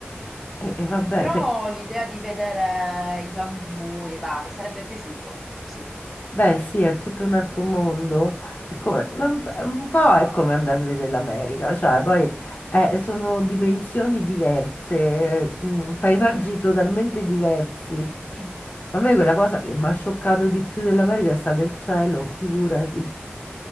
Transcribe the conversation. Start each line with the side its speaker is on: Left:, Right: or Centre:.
Left: E, e vabbè,
Centre: Però
Left: se...
Centre: l'idea di vedere i canguri, va, mi sarebbe piaciuto. Sì,
Left: Beh, sì, è tutto un altro mondo. È come- ma un, po'
Centre: sì.
Left: un po' è come andare a vedere l'America, cioè poi eh, sono dimensioni diverse, eh, mm, paesaggi
Centre: Mm.
Left: totalmente diversi.
Centre: <clears throat>
Left: A me quella cosa che mi ha scioccato di più dell'America è stato il cielo, figurati,